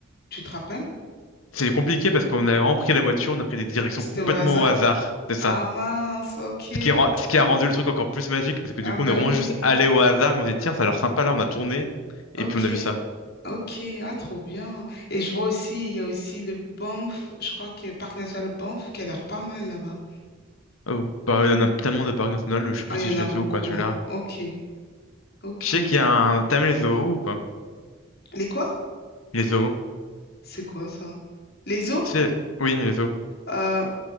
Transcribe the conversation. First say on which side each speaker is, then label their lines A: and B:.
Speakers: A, on the left (about 50°); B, on the left (about 85°).
A: Tu te rappelles?
B: C'est compliqué parce qu'on a vraiment pris la voiture, on a pris des directions
A: C'était
B: complètement
A: au hasard.
B: au hasard. C'est ça.
A: Ah mince, ok.
B: Ce qui rend- ce qui a rendu le truc encore plus magique parce que
A: Ah
B: du coup,
A: ben
B: on est vraiment
A: oui,
B: juste allé au hasard, on s'est dit, tiens, ça a l'air sympa là, on a tourné
A: ok,
B: et puis on a vu ça.
A: ok. Ah trop bien. Et je vois aussi, il y a aussi le Banff, je crois que Parc National Banff qui a l'air pas mal là-bas.
B: Oh, bah, il y en a tellement de parcs nationaux, je sais plus
A: Ah,
B: si
A: il y en
B: je
A: a
B: l'ai
A: beaucoup,
B: fait ou pas celui-là.
A: hein. Ok, ok.
B: Je sais qu'il y a un. T'as les zoos ou pas?
A: Les quoi?
B: Les zoos.
A: C'est quoi ça? Les zoos?
B: Tu sais, oui, les zoos.
A: Euh,